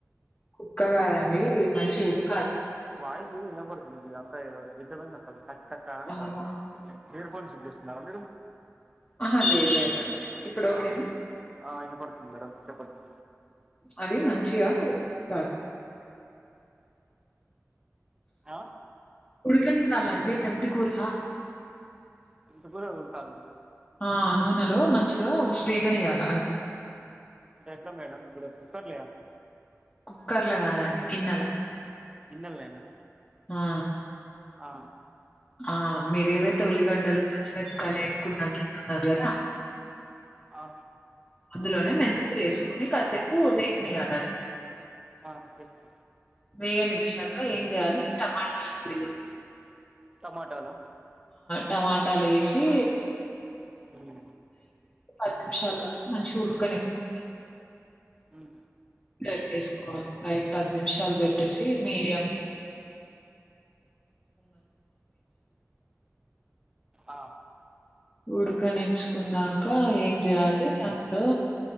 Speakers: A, on the left; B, on the right.
A: కుక్క కాదండి మంచిగా ఉడకాలి
B: వాయిస్ ఇ పడుతుంది మీద అంతా డిస్టర్బెన్స్ది కట్ట అంటంది
A: అవునా!
B: ఇయర్ ఫోన్ సి ఇచ్చేస్తున్నారువా మీరు
A: ఆహా లేదా లేదండి ఇప్పుడు ఓకేనా?
B: ఆ ఆ ఇన పడుతుంది మేడం చెప్పండి
A: అది మంచిగా ఉడకాలి
B: ఆ
A: ఉడుకనివ్వాలండి మెంతికూర
B: మెంతికూర ఉడికాల్న
A: ఆ నూనెలో మంచిగా వేగనీయాల
B: అంటే ఎట్లా మేడం ఇప్పుడు కుక్కర్లే అమ
A: కుక్కర్ ల కాదండి గిన్నెల
B: గిన్నెల్ లేనా
A: ఆ!
B: ఆ
A: ఆ మీరేవైతే ఉల్లిగడ్డలు పచ్చిమిరకాయలు ఏపుకున్నాకన్నారు కదా
B: ఆ
A: అందులోనే మెంతికూర వేసుకొని కాసేపు వేగనియాలి
B: ఆ చెపూ
A: వేగన్ని ఇచ్చచ్చాక ఏం చేయాలి టమాటాలు అంత
B: టమాటోలో
A: టమాటాలు వేసి
B: ఉమ్.
A: పది నిమిషాల వరకు మంచిగా ఉడుకనివ్వంది
B: ఉమ్,
A: పెట్టేసుకోవాలి ఒక ఐదు పది నిమిషాలు పెట్టేసి మీడియం <inaudible>
B: ఆ,
A: ఉడకనిచ్చుకున్నాక ఏం చేయాలి అందులో